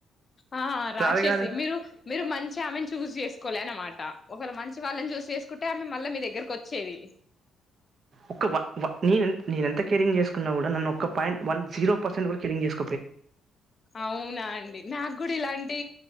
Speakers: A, on the left; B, on the right.
A: ఆ రాక్షసి
B: రాదు గాదు.
A: మీరు మీరు మంచిగా ఆమెను చూస్ చేసుకోవలే అనమాట ఒకళ మంచి వాళ్ళని చూస్త చేసుకుంట అంటే ఆమ్మె మళ్ళా మీ దగ్గరకు వచ్చేది
B: ఒక నెన్ నేను ఎంత కేరింగ్ చేసుకున్నా కూడా నన్ను ఒక్క పాయింట్ వన్ జీరోర్సట్ వల్ కంగేస్
A: అవునా అండి నాకు కూడా ఇలాంటి